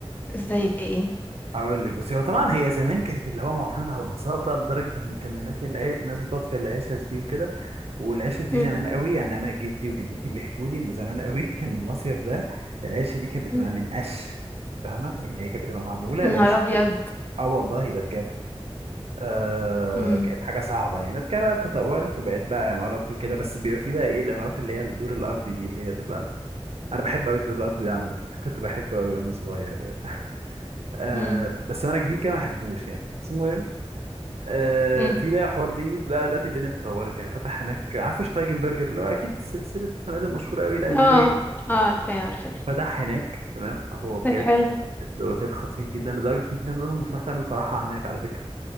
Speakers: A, on the left; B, on the right.
A: زي ايه
B: هقول لك بس هو طبعا هي زمان كانت اللي هو معتمده على البساطه لدرجه ان كان هناك العي... الناس بتقعد في العشش دي وكده والعشش دي
A: مم.
B: زمان قوي يعني انا جدي وجدتي بيحكوا لي ان زمان قوي <laughs> كان المصيف ده العشه دي كانت بتبقى
A: مم.
B: من قش فاهمه يعني هي كانت بتبقى معموله
A: نهار
B: العش
A: ابيض
B: اه والله ده بجد آه
A: مم.
B: كانت حاجه صعبه يعني بعد كده بقى تطورت وبقت بقى عمارات وكده بس بيبقى في بقى ايه العمارات اللي هي الدور الارضي دي اللي هي تبقى انا بحب قوي الدور الارضي ده عامه <laughs> كنت بحبه قوي وانا صغير يعني آه
A: مم.
B: بس وانا كبير كده ما احبوش يعني بس المهم آه،
A: مم.
B: في بقى حوار ديوز لا دلوقتي الدنيا اتطورت يعني فتح هناك عارف شتايجنبرجر اللي هو اكيد سلسله فنادق مشهوره قوي الالمانيه
A: اه اه عارفه عارفه
B: فتح هناك تمام هو بجد
A: طيب حلو
B: الاوتيل خطير جدا لدرجه ان في ناس اصلا بتروح تعمل فرحها هناك على فكره